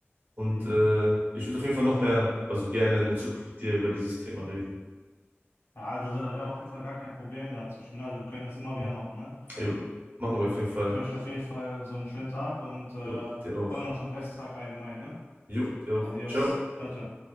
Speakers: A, on the right; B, on the left.
A: Und
B: Mhm.
A: äh, ich würde auf jeden Fall noch mehr, also gerne in der Zukunft mit dir über dieses Thema reden.
B: Ja, also da wäre auf jeden Fall gar kein Problem dazwischen. ne? Also wir können das immer wieder
A: Hm?
B: machen, ne?
A: Jo, machen
B: Ja.
A: wir auf jeden Fall.
B: Ich wünsche dir auf jeden Fall so einen schönen Tag und äh, wenn
A: Jo, dir auch.
B: wir noch schon Resttag allgemein, ne?
A: Jo, dir auch.
B: Adios.
A: Ciao.
B: Ciao, ciao.